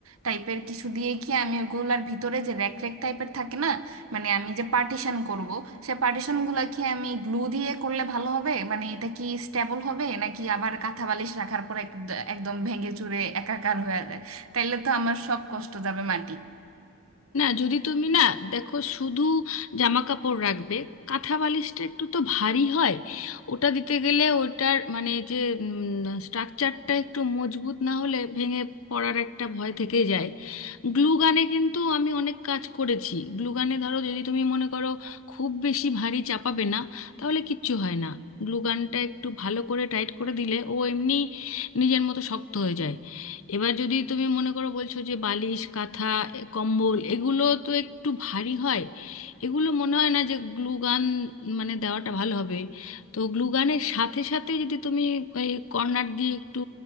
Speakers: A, on the right; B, on the left.
A: টাইপের কিছু দিয়ে কি আমি ওগুলার ভিতরে যে র্যাক র্যাক টাইপের থাকে না মানে আমি যে পার্টিশন করব সে পার্টিশন গুলা কি আমি গ্লু দিয়ে করলে ভালো হবে মানে এটা কি স্টেবল হবে নাকি আবার কাঁথা বালিশ রাখার পর এক- একদম ভেঙে চুরে একাকার হয়ে যায় তাইলে তো আমার সব কষ্ট যাবে মাটি
B: না যদি তুমি না দেখো শুধু জামা কাপড় রাখবে কাঁথা বালিশটা একটু তো ভারী হয় ওটা দিতে গেলে ওটার মানে যে স্ট্রাকচারটা একটু মজবুত না হলে ভেঙে পড়ার একটা ভয় থেকে যায় গ্লু গানে কিন্তু আমি অনেক কাজ করেছি গ্লু গানে ধরো যদি তুমি মনে করো খুব বেশি ভারী চাপাবে না তাহলে কিচ্ছু হয় না গ্লু গানটা একটু ভালো করে টাইট করে দিলে ও এমনি নিজের মতো শক্ত হয়ে যায় এবার যদি তুমি মনে করো বলছো যে বালিশ কাঁথা এ, কম্বল এগুলো তো একটু ভারী হয় এগুলো মনে হয় না যে গ্লুগান মানে দেওয়াটা ভালো হবে তো গ্লুগানের সাথে সাথে যদি তুমি ওই কর্নার দিয়ে একটু